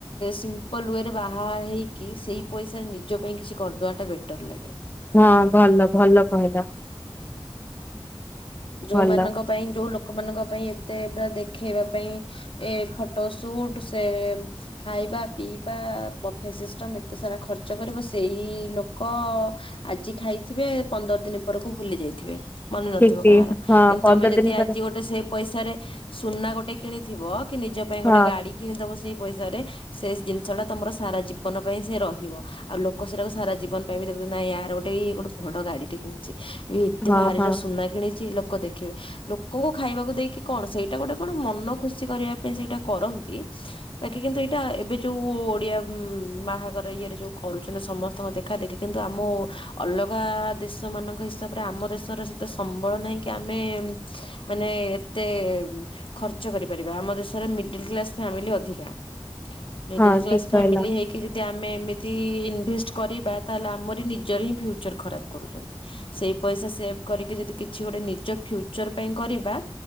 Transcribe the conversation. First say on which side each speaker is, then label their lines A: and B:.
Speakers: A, on the left (about 65°); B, on the left (about 20°).
A: ସିମ୍ପଲ୍ ୱେରେ ବାହା ହେଇକି ସେଇ ପଇସାରେ ନିଜ ପାଇଁ କିଛି କର୍ ଦୁଆଟା ବେଟର୍ ଲାଗେ।
B: ହଁ ଭଲ-ଭଲ କହିଲ।
A: ଯୋଉମାନଙ୍କ
B: ଭଲ
A: ପାଇଁ ଯୋଉ ଲୋକମାନଙ୍କ ପାଇଁ ଏତେ ପୁରା ଦେଖେଇବା ପାଇଁ ଏ ଫଟୋ ସୁଟ୍ ସେ ଖାଇବା ପିଇବା ବଫେ ସିଷ୍ଟମ୍ ଏତେ ସାରା ଖର୍ଚ୍ଚ କରିବ, ସେଇ ଲୋକ ଆଜି ଖାଇଥିବେ ପନ୍ଦର ଦିନି ପରକୁ ଭୁଲି ଯାଇଥିବେ, ମନେ
B: ଠିକ
A: ନଥିବ କାହାର,
B: ହଁ
A: କିନ୍ତୁ
B: ପନ୍ଦର
A: ତମେ ଯଦି
B: ଦିନ ପରେ
A: ଆଜି ଗୋଟେ ସେ ପଇସାରେ ସୁନା ଗୋଟେ କିଣିଥିବ, କି ନିଜ ପାଇଁ
B: ହଁ
A: ଗୋଟେ ଗାଡି କିଣିଦବ ସେଇ ପଇସାରେ ସେ ଜିନିଷ ଟା ତମର ସାରା ଜୀବନ ପାଇଁ ସେ ରହିବ। ଆଉ ଲୋକ ସେଟାକୁ ସାରା ଜୀବନ ପାଇଁ ବି ଦେଖୁଥିବେ, ନାଇଁ ଆର ଗୋଟେ-ଗୋଟେ ବଡ ଗାଡିଟେ କିଣିଚି। ଏ ଏତେ
B: ହଁ
A: ଭାରିର
B: ହଁ
A: ସୁନା କିଣିଚି ଲୋକ ଦେଖିବେ। ଲୋକଙ୍କୁ ଖାଇବାକୁ ଦେଇକି କଣ ସେଇଟା ଗୋଟେ କଣ ମନ ଖୁସି କରିବା ପାଇଁ ସେଇଟା କରନ୍ତି। ତାକେ କିନ୍ତୁ ଏଇଟା ଏବେ ଯୋଉ ଓଡିଆ ଉ ବାହାଘର ଇଏରେ ଯୋଉ କରୁଚନ୍ତି ସମସ୍ ତଙ୍କ ଦେଖା ଦେଖି କିନ୍ତୁ ଆମ ଅଲଗା ଦେଶ ମାନଙ୍କ ହିସାବରେ ଆମ ଦେଶର ସେତେ ସମ୍ବଳ ନାହିଁ କି ଆମେ ମାନେ ଏତେ ଖର୍ଚ୍ଚ କରିପାରିବା, ଆମ ଦେଶରେ ମିଡଲ୍ କ୍ଲାସ ଫ୍ୟାମିଲି ଅଧିକା। ମିଡିଲ୍
B: ହଁ
A: କ୍ଲାସ୍
B: ଠିକ
A: ଫାମିଲି
B: କହିଲ
A: ହେଇକି ଯେ ଦି ଆମେ ଏମିତି ଇନଭେଷ୍ଟ କରିବା ତାହେଲେ ଆମରି ନିଜର ହିଁ ଫ୍ୟୁଚର୍ ଖରାପ୍ କରୁଚନ୍ତି। ସେଇ ପଇସା ସେଭ୍ କରିକି ଯଦି କିଛି ଗୋଟେ ନିଜ ଫ୍ୟୁଚର୍ ପାଇଁ କରିବା,